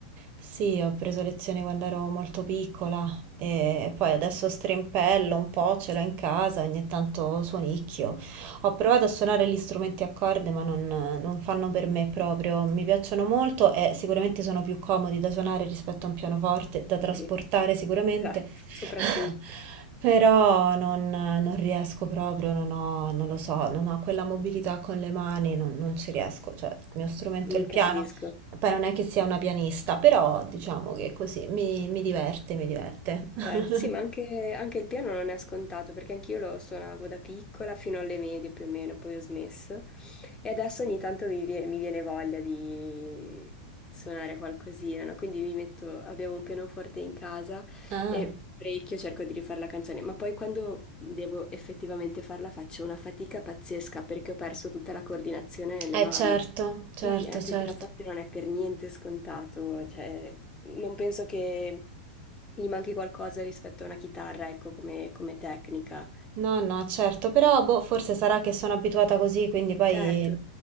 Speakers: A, on the right (about 40°); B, on the left (about 20°).
A: Sì, ho preso lezioni quando ero molto piccola e poi adesso
B: Eh,
A: strimpello un po', ce l'ho in casa, ogni tanto suonicchio. Ho provato a suonare gli strumenti a corde, ma non, non fanno per me proprio. Mi piacciono molto e sicuramente sono più comodi da suonare rispetto a un pianoforte, da trasportare
B: Sì,
A: sicuramente,
B: esatto, soprattutto,
A: <laughs> però non, non riesco proprio, non ho, non lo so, non ho quella mobilità con le mani, non, non ci riesco. Cioè, il mio strumento
B: Mm,
A: è il piano.
B: capisco.
A: Poi non è che sia una pianista, però diciamo che così mi, mi diverte, mi diverte.
B: Certo, sì, ma anche,
A: <laughs>
B: anche il piano non è scontato, perché anch'io lo suonavo da piccola fino alle medie più o meno, poi ho smesso. E adesso ogni tanto mi, vie- mi viene voglia di suonare qualcosina, no? Quindi mi metto, abbiamo un pianoforte in casa
A: Ah,
B: e parecchio cerco di rifare la canzone, ma poi quando devo effettivamente farla faccio una fatica pazzesca perché ho perso tutta la coordinazione nelle
A: eh
B: mani.
A: certo, certo,
B: Quindi anche
A: certo.
B: il pianoforte non è per niente scontato, cioè non penso che gli manchi qualcosa rispetto a una chitarra, ecco, come, come tecnica.
A: No, no, certo, però boh, forse sarà che sono abituata così, quindi poi
B: Certo,